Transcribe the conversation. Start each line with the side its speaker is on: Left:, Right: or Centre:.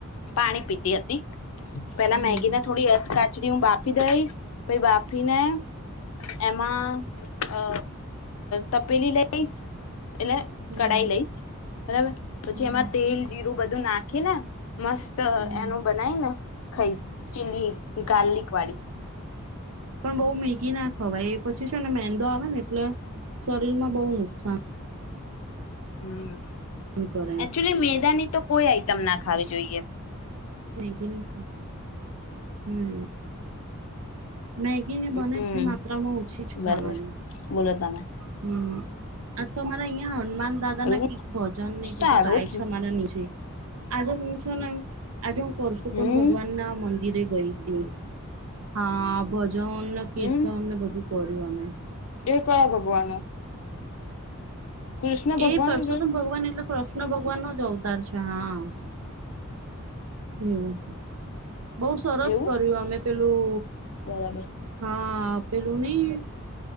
Left: પાણી પીતી હતી પેલા
Right: હમ
Left: મેગી ના થોડી અથાચ હું બાપી દઈશ પાઈ બાફીને એમાં અ તપેલી લઈશ એટલે
Right: હમ
Left: કઢાઈ લઈશ બરાબર પછ
Right: હમ
Left: એમાં તેલ એું બધું નાખી ને મસ્ત
Right: હમ
Left: એનું બનાયને ખાઈશ ચીલી ગાર્લિક વાડી
Right: પણ બહુ મેગી નાખ હવા એ પછી શું ને મેન દો આવે ને એટલે શરીરમાં બહુ નુકસાન
Left: હમ
Right: કરે
Left: એકક્ચુલી મેદાની તો કોઈ આઈટમ ના ખાવી જોઈએ.
Right: એમ હમ મેગી ને બને
Left: હમ
Right: એટલે માત્રામાં ઓછી જ ખાવાની
Left: બરોબર બોલો તમે
Right: હમ આ તો અમારા અહિયા હનમા દાદા
Left: એવું
Right: ના કઈક ભજન એ
Left: સારું
Right: બધું ગાય છે અમારા નીચે આજે હું છે ને આજે હું પરસોત્તમ
Left: હમ
Right: ભગવાન ના મંદિરે ગઈ હતી. હા જોહન ને કીર્તન
Left: હમ
Right: ને બધું કર ગમે
Left: એ કયા ભગવાનો કૃષ્ણ ભગવાન
Right: એ પરસોતમ
Left: છે
Right: ભગવાન એટલો કૃષ્ણ ભગવાન નો જ અવતાર છે. હા એવું બોવ સરસ
Left: એવું
Right: કર્યું અમે પેલું
Left: બરાબર
Right: હા પેલું નય